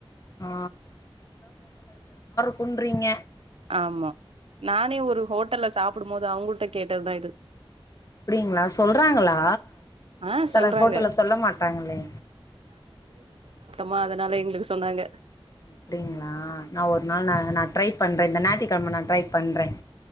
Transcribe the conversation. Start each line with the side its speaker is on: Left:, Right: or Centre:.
Left: ஆ குன்றிங்க
Right: ஆமா நானே ஒரு ஹோட்டல்ல சாப்பிடும் போது அவங்கள்ட்ட கேட்டதுதான் இது
Left: அப்படிங்களா சொல்றாங்களா
Right: ஆ
Left: சில
Right: சொல்றாங்க
Left: ஹோட்டல்ல சொல்ல மாட்டாங்களே
Right: ஆமா அதனால எங்களுக்கு சொன்னாங்க
Left: அப்படிங்களா நான் ஒரு நாள் நான் நான் ட்ரை பண்றேன் இந்த ஞாயிறுக்கிழம நான் ட்ரை பண்றேன்